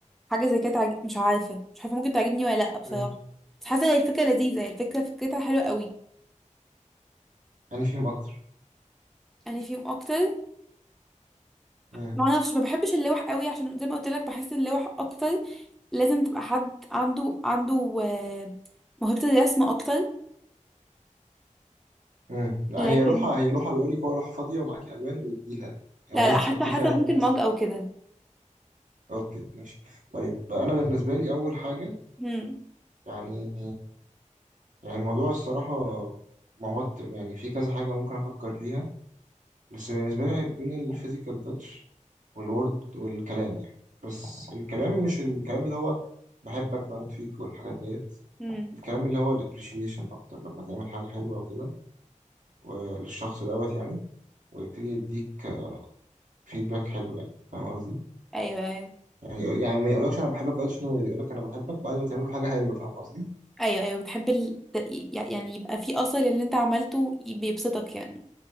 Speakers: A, in the centre; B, on the right.
A: حاجه زي كده تعج... مش عارفه مش عارفه ممكن تعجبني ولا لا بصراحه
B: مم.
A: بس حاسه هي الفكره لذيذه هي الفكره فكرتها حلوه قوي
B: انا فيهم اكتر
A: يعني فيهم اكتر
B: مم.
A: ما اعرفش ما بحبش اللوح قوي عشان زي ما قلت لك بحس اللوح اكتر لازم تبقى حد عنده عنده آه، موهبه الرسم اكتر
B: مم. لا
A: لكن
B: هي لوحه هي لوحه بيقول لك هو لوحه فاضيه ومعاكي الوان واديها يعني
A: لا
B: هو عايزك
A: لا حتى
B: تحطي
A: حتى
B: فيها
A: ممكن
B: الوان بس
A: مج او كده
B: اوكي ماشي طيب انا بالنسبه لي اول حاجه
A: هم
B: يعني يعني الموضوع الصراحه موت يعني في كذا حاجه ممكن افكر فيها بس بالنسبة لي هيبقى بين الفيزيكال تاتش والورد والكلام يعني بس الكلام مش الكلام اللي هو بحبك بموت فيك والحاجات ديت
A: هم
B: الكلام اللي هو الابريشيشن اكتر لما تعمل حاجة حلوة وكده وللشخص دوت يعني ويبتدي يديك فيدباك حلو يعني فاهم قصدي
A: ايوه ايوه
B: يعني يعني ما يقولكش انا بحبك اوت نو يقولك انا بحبك بعد ما تعمل له حاجة حلوة فاهم قصدي
A: ايوه ايوه بتحب ال... ت- يعني يبقى في اثر اللي انت عملته ي- بيبسطك يعني